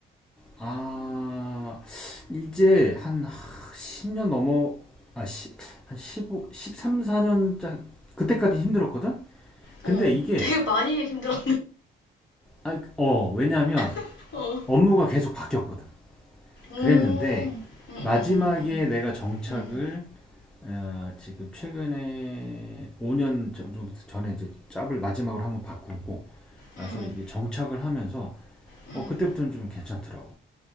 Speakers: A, in the centre; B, on the left (about 70°).
A: 아 이제 한십 10년 넘어 아, 시, 한1오십3 14년짜 그때까지 힘들었거든. 근데
B: 어,
A: 이게
B: 되게 많이 힘들어.
A: 아, 어 왜냐하면
B: <laughs> 어,
A: 업무가 계속 바뀌었거든.
B: 음,
A: 그랬는데
B: 음, 음,
A: 마지막에
B: 음,
A: 내가 정착을
B: 음,
A: 어, 지금 최근에 5년 정도 전에 이제 짭을 마지막으로 한번 바꾸고 나서
B: 음,
A: 이게 정착을 하면서
B: 음,
A: 어, 그때부터는 좀 괜찮더라고.